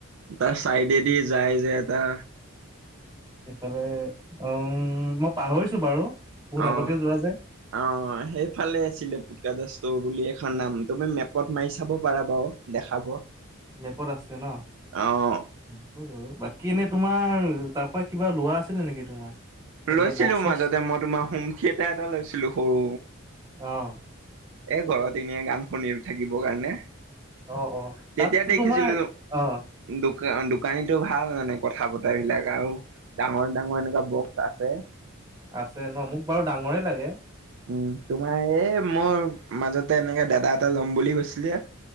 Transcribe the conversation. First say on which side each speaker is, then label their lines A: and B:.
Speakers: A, on the right; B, on the right.
A: তাৰ চাইডেদি যায় যে এটা
B: সেইফালে উম, মই পাহৰিছো বাৰু বহুত
A: অ'।
B: আগতে যোৱা যে।
A: অ, হয় সেইফালে আছিলে পুটকা দা ষ্ট'ৰ বুলি এখন নাম তুমি মেপত মাৰি চাব পাৰা বাৰু। দেখাব।
B: মেপত আছে ন?
A: অ',
B: <unintelligible> বাকী এনে তোমাৰ তাৰ পা কিবা লোৱা আছিল নেকি তোমাৰ? এনেকে
A: লৈছিলোঁ
B: বক্স চক্স
A: মাজতে মই তোমাৰ হোম থিয়েটাৰ এটা লৈছিলোঁ সৰু।
B: অ',
A: এ ঘৰত এনে গান শুনিৰ থাকিব কাৰণে।
B: অ', অ',
A: তেতিয়া
B: তাততো
A: দেখিছিলো
B: তোমাৰ অহ,
A: দোকা- দোকানীতো ভাল মানে কথা বতৰা বিলাক আৰু ডাঙৰ- ডাঙৰ এনেকুৱা বক্স আছে।
B: আছে ন, মোক বাৰু ডাঙৰেই লাগে।
A: উম, তোমাৰ হে মোৰ মাজতে এনেকে দাদা এটা ল'ম বুলি কৈছিল যে